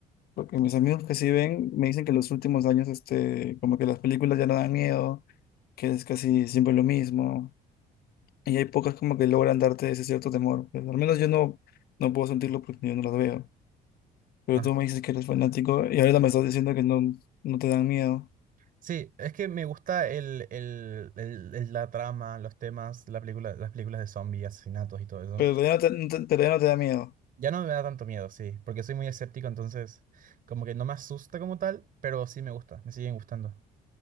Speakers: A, on the left; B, on the right.
A: porque mis amigos que sí ven me dicen que en los últimos años, este, como que las películas ya no dan miedo, que es casi siempre lo mismo. Y hay pocas como que logran darte ese cierto temor. Pues, al menos yo no, no puedo sentirlo porque yo no las veo. Pero
B: Ajá.
A: tú me dices que eres fanático y ahorita me estás diciendo que no, no te dan miedo.
B: Sí, es que me gusta el, el- el- el- la trama, los temas, la película, las películas de zombies, asesinatos y todo eso.
A: Pero ya no te, no te- pero ya no te da miedo.
B: Ya no me da tanto miedo, sí, porque soy muy escéptico, entonces como que no me asusta como tal, pero sí me gusta, me siguen gustando.